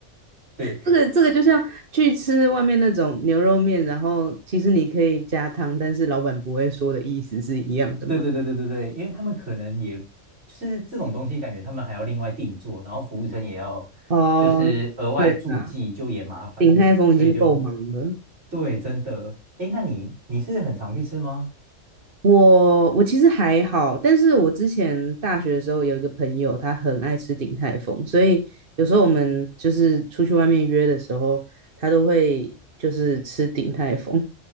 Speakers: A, on the right; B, on the right.
A: 对，
B: 这个这个就像去吃外面那种牛肉面，然后其实你可以加汤，但是老板不会说的意思是一样的嘛？
A: 对对对对对对，因为他们可能也就是这种东西，感觉他们还要另外定做，然后服务生也要
B: 哦，
A: 就是额外注记，
B: 对啊，
A: 就也麻烦，
B: 鼎泰丰已经够忙了。
A: 所以就对，真的。哎，那你你是很常去吃吗？
B: 我我其实还好，但是我之前大学的时候有一个朋友，他很爱吃鼎泰丰，所以有时候我们就是出去外面约的时候，他都会就是吃鼎泰丰。